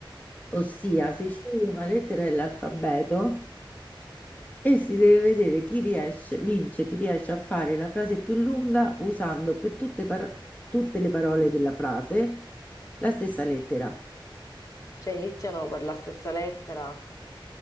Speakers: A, on the left (about 20°); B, on the left (about 35°).
A: ossia si sceglie una lettera dell'alfabeto e si deve vedere chi riesce, vince, chi riesce a fare la frase più lunga usando per tutte, par- tutte le parole della frase la stessa lettera.
B: Cioè, iniziano per la stessa lettera.